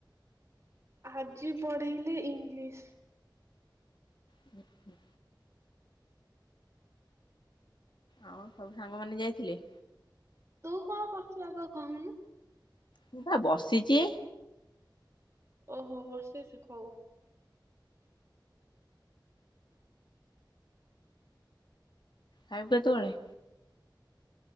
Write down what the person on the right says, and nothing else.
ଆଜି ପଢ଼ିଲି ଇଂଲିଶ।
ତୁ କଣ କରୁଛୁ ଆଗ କହୁନୁ?
ଓହୋ ବସିଚୁ ଖଉ।